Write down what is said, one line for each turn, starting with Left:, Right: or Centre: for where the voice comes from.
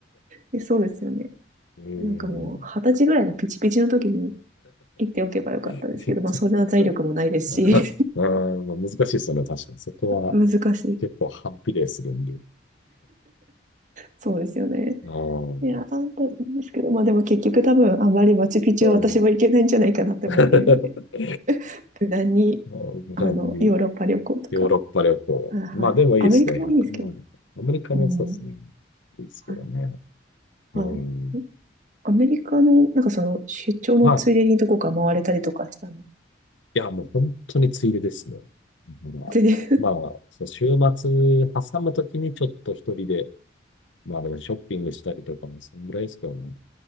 Right: やそうですよね。
Left: <laughs> うん。
Right: なんかもう、二十歳ぐらいのピチピチの時に行っておけばよかったですけど、
Left: <laughs>
Right: まあ、そんな財力もないですし、
Left: ああ、まあ難しいですよね。確かに。そこは
Right: <laughs> 難しい。
Left: 結構反比例するんで。
Right: そうですよね。
Left: ああ、
Right: いや、あんたですけど、まあでも結局多分あんまりマチュピチュは私も行けないんじゃないかなって思っているので、
Left: うん。<laughs> まあ、
Right: 無難に、
Left: 無難に
Right: あの、ヨーロッパ旅行とか、
Left: ヨーロッパ旅行。
Right: あ、はい。
Left: まあでもいいですね。
Right: アメリカもいいですけど、
Left: 1万。アメリカもそうですね。
Right: うん。
Left: いいですけどね。
Right: はい。はい。
Left: うん。
Right: アメリカの、なんかその、出張のついでにどこか回れたりとかしたの。
Left: まあいや、もう本当についでですね。だからまあ、
Right: で
Left: そう週末挟むときにちょっと一人で、まあでもショッピングしたりとかもそんぐらいですけどね。